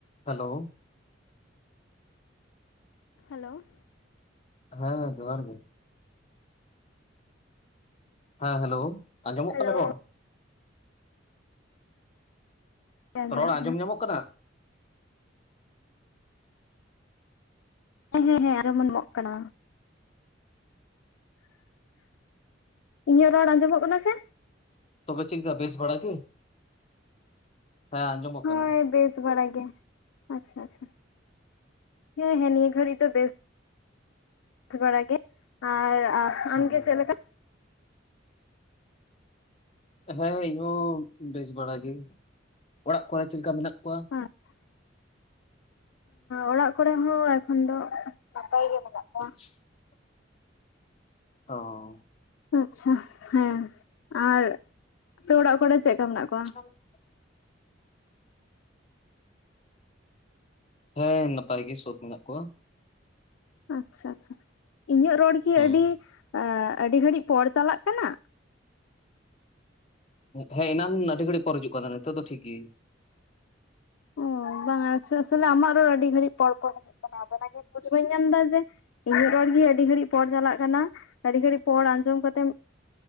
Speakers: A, on the left; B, on the left.
A: Hello!
B: Hello!
A: ᱦᱮᱸ, ᱡᱚᱦᱟᱨ ᱜᱮ᱾ ᱦᱮᱸ ᱦᱮᱞᱳ ᱟᱸᱡᱚᱢᱚᱜ
B: ᱦᱮᱞᱳ
A: ᱠᱟᱱᱟ ᱨᱚᱲ
B: ᱦᱮᱸ ᱟᱸᱡᱚᱢᱚᱜ
A: ᱨᱚᱲ ᱟᱸᱡᱚᱢ ᱧᱟᱢᱚᱜ ᱠᱟᱱᱟ
B: ᱦᱮᱸ ᱦᱮᱸ ᱦᱮᱸ ᱟᱸᱡᱚᱢ ᱧᱟᱢᱚᱜ ᱠᱟᱱᱟ ᱤᱧᱟᱹᱜ ᱨᱚᱲ ᱟᱸᱡᱚᱢᱚᱜ ᱠᱟᱱᱟ ᱥᱮ
A: ᱛᱚᱵᱮ ᱪᱤᱠᱟᱹ ᱵᱮᱥ ᱵᱟᱲᱮ ᱜᱮ ᱦᱮᱸ ᱟᱸᱡᱚᱢᱚᱜ
B: ᱦᱳᱭ
A: ᱠᱟᱱᱟ
B: ᱵᱮᱥ ᱵᱟᱲᱟ ᱜᱮ ᱟᱪᱪᱷᱟ ᱟᱪᱪᱷᱟ ᱦᱮᱸ ᱦᱮᱸ ᱱᱤᱭᱟᱹ ᱜᱷᱟᱹᱲᱤᱡ ᱫᱚ ᱵᱮᱥ ᱵᱮᱥ ᱵᱟᱲᱮ ᱜᱮ ᱟᱨ
A: ᱦᱩᱸ
B: ᱟᱢᱜᱮ ᱪᱮᱫ ᱞᱮᱠᱟ
A: ᱦᱮᱸ ᱤᱧᱦᱚ ᱵᱮᱥ ᱵᱟᱲᱮ ᱜᱮ ᱚᱲᱟᱜ ᱠᱚᱨᱮ ᱪᱮᱫ ᱞᱮᱠᱟ ᱢᱮᱱᱟᱜ ᱠᱚᱣᱟ
B: <inaudible> ᱚᱲᱟᱜ ᱠᱚᱨᱮ ᱦᱚᱸ ᱮᱠᱷᱚᱱ ᱫᱚ ᱱᱟᱯᱟᱭᱜᱮ ᱢᱮᱱᱟᱜ ᱠᱚᱣᱟ
A: <inaudible> ᱚ
B: ᱟᱪᱪᱷᱟ ᱦᱮᱸ ᱟᱨ ᱟᱯᱮ ᱚᱲᱟᱜ ᱠᱚᱨᱮ ᱪᱮᱫ ᱞᱮᱠᱟ ᱢᱮᱱᱟᱜ ᱠᱚᱣᱟ
A: <inaudible> ᱦᱮᱸ ᱱᱟᱯᱟᱭ ᱜᱮ ᱥᱚᱵ ᱢᱮᱱᱟᱜ ᱠᱚᱣᱟ
B: ᱟᱪᱪᱷᱟ ᱟᱪᱪᱷᱟ ᱤᱧᱟᱹᱜ ᱨᱚᱲ ᱠᱤ
A: ᱦᱩᱸ
B: ᱟᱹᱰᱤ ᱟᱹᱰᱤ ᱜᱷᱟᱹᱲᱤᱡ ᱯᱚᱨ ᱪᱟᱞᱟᱜ ᱠᱟᱱᱟ
A: ᱦᱮᱸ ᱮᱱᱟᱱ ᱟᱹᱰᱤ ᱜᱷᱟᱹᱲᱤᱡ ᱯᱚᱨ ᱦᱤᱡᱩᱜ ᱠᱟᱱᱟ ᱱᱤᱛᱚᱜ ᱫᱚ ᱴᱷᱤᱠ ᱜᱮ
B: ᱚ ᱵᱟᱝ ᱟᱪᱪᱷᱟ ᱥᱟᱞᱮ ᱟᱢᱟᱜ ᱨᱚᱲ ᱟᱹᱰᱤ ᱜᱷᱟᱹᱲᱤᱡ ᱯᱚᱲ ᱠᱚ ᱦᱤᱡᱩᱜ ᱠᱟᱱᱟ ᱟᱫᱚ ᱚᱱᱟᱜᱮ ᱵᱩᱡ ᱵᱟᱹᱧ ᱧᱟᱢ ᱮᱫᱟ ᱡᱮ ᱤᱧᱟᱹᱜ ᱨᱚᱲ ᱜᱮ ᱟᱹᱰᱤ ᱜᱷᱟᱹᱲᱤᱡ ᱯᱚᱨ ᱪᱟᱞᱟᱜ ᱠᱟᱱᱟ ᱟᱹᱰᱤ ᱜᱷᱟᱹᱲᱤᱡ ᱯᱚᱨ ᱟᱸᱡᱚᱢ ᱠᱟᱛᱮᱢ